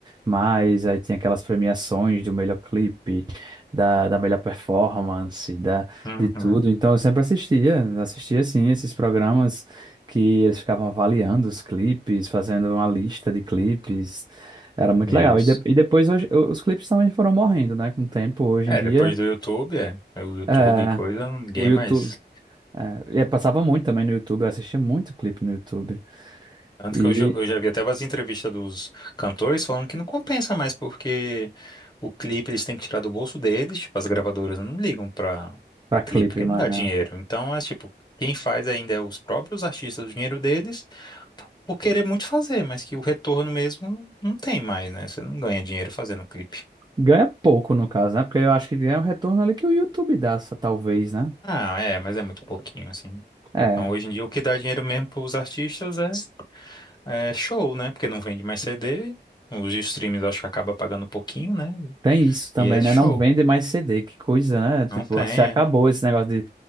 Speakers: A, on the right; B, on the left.
A: Mais, aí tinha aquelas premiações do melhor clipe, da, da melhor performance, da,
B: Uhum,
A: de tudo. Então eu sempre assistia, assistia assim esses programas que eles ficavam avaliando os clipes, fazendo uma lista de clipes. Era muito
B: isso.
A: legal. E, de- e depois hoje- os clipes também foram morrendo, né? Com o tempo, hoje
B: É,
A: em dia,
B: depois do YouTube, é. É O YouTube,
A: é,
B: e coisa, ninguém
A: o YouTube.
B: mais.
A: é, e passava muito também no YouTube, eu assistia muito clipe no YouTube.
B: Tanto
A: E
B: que eu, já- eu já vi até umas entrevistas dos cantores falando que não compensa mais, porque o clipe eles têm que tirar do bolso deles, tipo, as gravadoras não ligam pra,
A: pra
B: pra clipe,
A: clipe
B: porque
A: mais,
B: não dá
A: né?
B: dinheiro. Então, é tipo, quem faz ainda é os próprios artistas, o dinheiro deles, p- por querer muito fazer, mas que o retorno mesmo não não tem mais, né? Você não ganha dinheiro fazendo clipe.
A: Ganha pouco, no caso, né? Porque eu acho que ganha o retorno ali que o YouTube dá, só, talvez, né?
B: Ah, é, mas é muito pouquinho, assim.
A: É,
B: Então, hoje em dia, o que dá dinheiro mesmo para os artistas é, é show, né? Porque não vende mais CD, os streams acho que acaba pagando pouquinho, né?
A: tem isso também,
B: E é show.
A: né? Não vende mais CD, que coisa, né? Tipo,
B: Não tem,
A: se acabou
B: é.
A: esse negócio de.